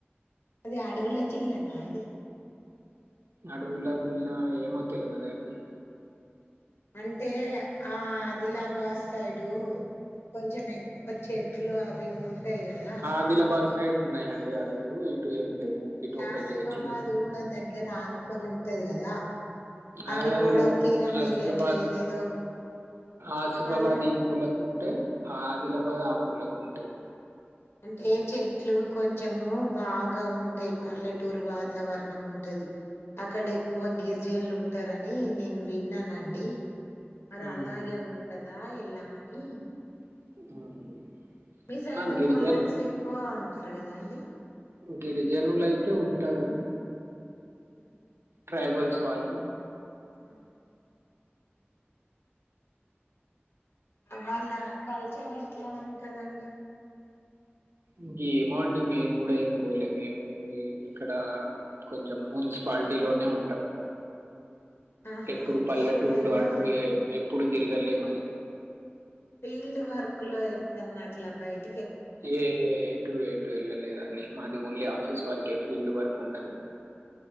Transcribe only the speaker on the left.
అదిే అడవుల జిల్లా నా అండి
అంటే ఆ ఆదిలాబాద్ సైడు కొంచెం ఎక్కువ చెట్లు అవి ఉంటయి ఉంటాయి కదా
ఈ
ఆసీమాబాద్
ఊడో దగ్ దగ్గర ఆనుకొని ఉంటది కదా అవి
కూడా
కేరమేరి
అట్లా ఏదేదో
పల్లె
అంటే చెట్లు కొంచెము బాగా ఉంటాయి పల్లెటూరు వాతావరణం ఉంటది అక్కడ ఎక్కువ గిరిజనులు ఉంటారని నేను విన్నానండి మరి
అలాగే ఉంటదా ఆ ఎలా అని
మీ సైడ్
కొలాంసెక్కువ అంటారు కదా అండి
ఉమ్
ఆ వాళ్ళ కల్చర్ ఎట్లా ఉంటందండి
ఆహా
అంటే
ఎప్పుడన్నా
ఫీల్డ్ వర్క్ లో ఎప్పుడు అన్నట్ల బైక్